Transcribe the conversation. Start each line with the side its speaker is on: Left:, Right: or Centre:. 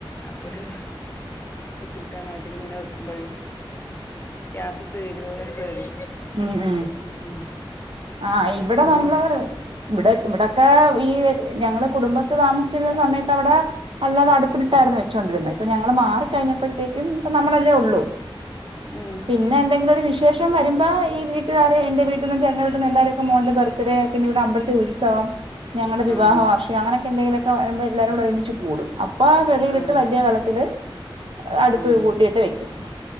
Left: അപ്പഴും ബുദ്ധിമുട്ടാണ് അതിൽ ഇങ്ങനെ വെക്കുമ്പോഴേ ഗ്യാസ് തിരുവോ എന്ന് പേടി
Right: ഉം ഉം
Left: ഉം
Right: ആ ഇവിടെ
Left: പിന്നെ
Right: നമ്മള് ഇവിടെ ഇവിടൊക്കെ ഈ ഞങ്ങള് കുടുംബത്ത് താമസ സമയത്ത് അവിടെ അല്ലാതെ അടുപ്പിലിട്ടായിരുന്നു
Left: ഉം
Right: വെച്ചോണ്ടിരുന്നത് ഇപ്പൊ ഞങ്ങള് മാറികഴിഞ്ഞപ്പോഴത്തേക്കും ഇപ്പം നമ്മളല്ലേ ഉള്ളൂ
Left: ഉം
Right: പിന്നെ എന്തെങ്കിലും ഒരു വിശേഷം വരുമ്പോ ഈ വീട്ടുകാരെ എന്റെ വീട്ടിൽനിന്നും ചേട്ടന്റെ വീട്ടീന്നും എല്ലാരുമൊക്കെ മോന്റെ ബർത്ത്ഡെ പിന്നെ ഇവിടെ അമ്പ ഉത്സവം ഞങ്ങളുടെ വിവാഹവാർഷികം
Left: ഉം
Right: അങ്ങനെക്കെ എന്തെങ്കിലൊക്കെ വരുമ്പോ എല്ലാരും കൂടെ ഒരുമിച്ച് കൂടും അപ്പൊ ആ വെളിയിലിട്ട്
Left: ആഹ് ആഹ്
Right: വലിയ കലത്തില് അടുപ്പ്
Left: ആഹ്
Right: കൂട്ടിയിട്ട് വെക്കും